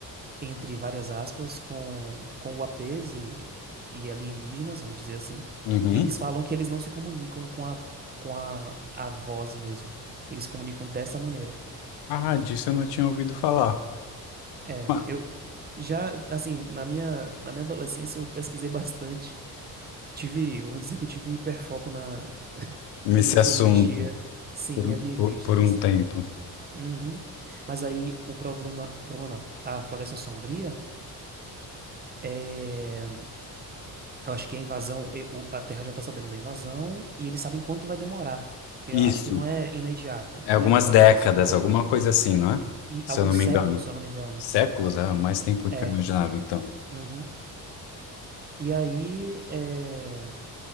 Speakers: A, on the right; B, on the left.
A: entre várias aspas, com, com UAPs e, e alienígenas, vamos dizer assim.
B: Uhum.
A: E eles falam que eles não se comunicam com a, com a, a voz mesmo. Eles se comunicam dessa maneira.
B: Ah, disso eu não tinha ouvido falar.
A: É,
B: Ah,
A: eu já, assim, na minha, na minha adolescência eu pesquisei bastante. Tive, vamos dizer que eu tive um hiperfoco na,
B: Nesse
A: em ufologia,
B: assunto,
A: sim,
B: por um,
A: e alienígenas.
B: por, por um tempo.
A: Uhum. Mas aí o problema, o problema não. A Floresta Sombria é, eu acho que a invasão, e- o- a Terra já tá sabendo da invasão e eles sabem quanto vai demorar, que
B: Isso.
A: eu acho que não é imediata.
B: É
A: A
B: algumas
A: inva-
B: décadas,
A: a invasão demora.
B: alguma coisa assim, não é?
A: E
B: Se
A: alguns
B: eu não me
A: séculos,
B: engano.
A: se eu não me engano.
B: Séculos? É mais tempo do
A: É.
B: que eu imaginava, então.
A: Uhum. E aí, é,